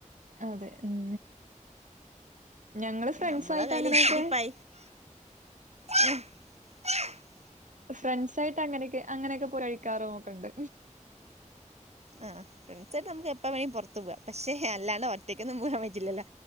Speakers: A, on the right (about 70°); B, on the right (about 55°).
A: അതെ ഉം ഞങ്ങള് ഫ്രണ്ട്സായിട്ട്
B: നമ്മളെ കയ്യിൽ
A: അങ്ങനെയൊക്കെ
B: ഇച്ചിരി പൈ <unintelligible>
A: ഫ്രണ്ട്സായിട്ട് അങ്ങനെയൊക്കെ അങ്ങനെയൊക്കെ പോയി കഴിക്കാറും ഒക്കെണ്ട്
B: ആ ഫ്രണ്ട്സായിട്ട് നമുക്ക് എപ്പൊവേണേലും പുറത്ത് പോവാം പക്ഷേ അല്ലാണ്ട് ഒറ്റക്കൊന്നും പോകാൻ പറ്റില്ലല്ലോ